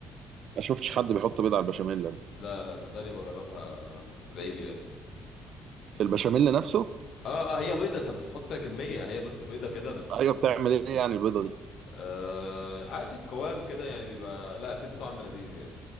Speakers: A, on the right (about 55°); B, on the left (about 55°).
A: ما شفتش حد بيحط بيض على البشاميل أنا
B: لا لا صدقني بجربها تدعي لي يعني
A: في البشاميل نفسه
B: اه اه هي بيضة انت مش بتحط كمية هي بس بيضة كده بت...
A: أيوه بتعمل إيه يعني البيضة دي؟
B: آه عادي القوام كده يعني بيبقى لا بتدي طعم لذيذ يعني